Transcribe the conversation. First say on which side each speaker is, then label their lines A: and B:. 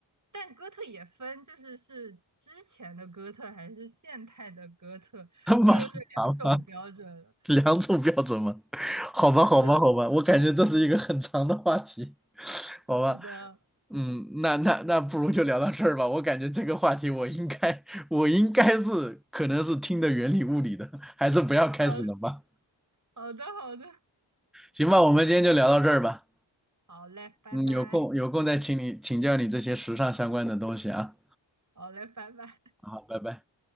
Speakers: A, on the right; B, in the centre.
A: 但哥特也分，就是是之前的哥特还是现代的哥特，
B: <laughs> 这么复杂吗？
A: 这又是两种标准了。
B: 两种标准吗？<laughs> 好吧，好吧，
A: 是的，
B: 好吧，我感觉这是一个很长的话题，<laughs> 好吧，
A: 是的，
B: 嗯，那那那不如就聊到这儿吧。我感觉这个话题我应该我应该是可能是听的云里雾里的，还是不要开始了吧。
A: 好，好的，好的，
B: 行吧，我们今天就聊到这儿吧。
A: 好嘞，拜拜，
B: 嗯，有空有空再请你请教你这些时尚相关的东西啊。
A: 好嘞，拜拜。
B: 好，拜拜。